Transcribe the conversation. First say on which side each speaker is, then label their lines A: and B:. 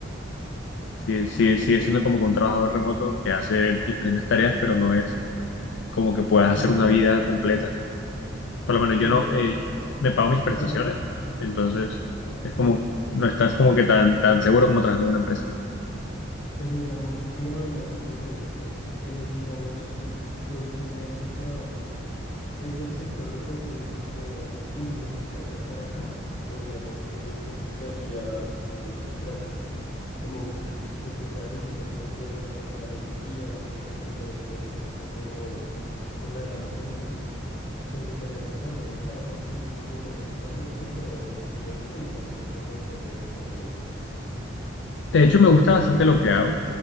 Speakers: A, on the left; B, on the left.
A: Sigue, sigue, sigue siendo como que un trabajador remoto que hace diferentes tareas, pero no es como que puedas hacer
B: Pero,
A: una vida completa. por lo menos
B: pero
A: yo no,
B: digamos,
A: eh, me pago mis prestaciones,
B: hab-
A: entonces
B: Ok,
A: es como, no estás como que tan, tan seguro como trabajando en una empresa.
B: pero digamos que hablando de eso, eh, digamos con tu, todo el tema de tu trabajo, ¿es el sector donde tú dices como, uy, me, me encanta estar acá? O digamos que te gustaría, mm, tran- como lo que me estabas diciendo, que te apasiona la ingeniería, la mecánica, pero que te das un poquito como por la rama automotriz, ¿te gustaría como cambiar el trabajo? Tú dices como, no, me gusta donde estoy, pero directo y cambiando un poco de pronto el enfoque en esto.
A: De hecho, me gusta bastante lo que hago